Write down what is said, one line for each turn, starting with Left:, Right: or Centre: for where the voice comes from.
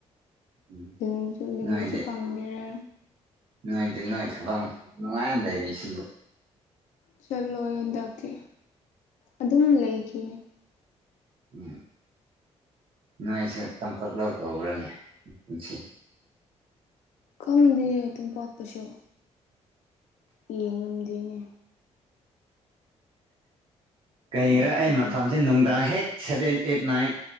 Right: ꯎꯝ
Left: ꯂꯤꯡꯕꯁꯨ ꯂꯤꯡꯕꯁꯨ
Right: ꯅꯣꯏꯗꯤ
Left: ꯐꯪꯗꯔꯦ
Right: ꯅꯣꯏꯗꯤ ꯅꯣꯏ ꯊꯕꯛ ꯃꯐꯝꯗ ꯅꯨꯡꯉꯥꯏꯅ ꯂꯩꯔꯤꯁꯤꯕꯨ
Left: ꯆꯠꯂꯣ ꯍꯟꯗꯛꯇꯤ ꯑꯗꯨꯝ ꯂꯩꯈꯤꯅꯤ
Right: ꯎꯝ ꯅꯣꯏꯁꯨ ꯇꯝꯄꯥꯛ ꯂꯧ ꯇꯧꯕ꯭ꯔꯅꯦ ꯀꯨꯝꯁꯤ
Left: ꯈꯪꯗꯤꯌꯦ ꯇꯝꯄꯥꯛꯇꯁꯨ ꯌꯦꯡꯉꯝꯗꯦꯅꯦ
Right: ꯀꯩꯔ
Left: ꯂꯥꯞꯄꯗꯨꯒ
Right: ꯑꯩ ꯃꯐꯝꯁꯦ ꯅꯨꯡꯗꯥꯡ ꯍꯦꯛ ꯁꯚꯦꯟ ꯑꯦꯠ ꯅꯥꯏꯟ